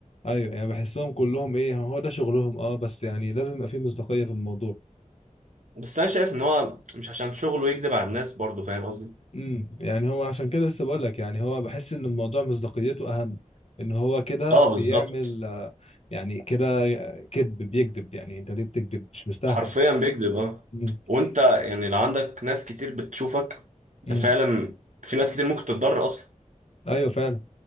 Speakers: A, on the left; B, on the right.
A: ايوه يعني بحسهم كلهم ايه هو ده شغلهم اه بس يعني لازم يبقى فيه مصداقية في الموضوع
B: بس انا شايف ان هو مش عشان شغله يكذب على الناس برضه فاهم قصدي؟
A: امم يعني هو عشان كده لسه بقول لك يعني هو بحس ان الموضوع مصداقيته اهم ان هو كده
B: اه
A: بيعمل
B: بالظبط
A: آه، يعني كده آه، كذب بيكذب يعني انت ليه بتكذب مش مستاهل
B: حرفيا بيكذب اه
A: امم
B: وانت يعني لو عندك ناس كتير بتشوفك انت
A: امم
B: فعلا في ناس كتير ممكن تتضرر اصلا
A: ايوه فعلا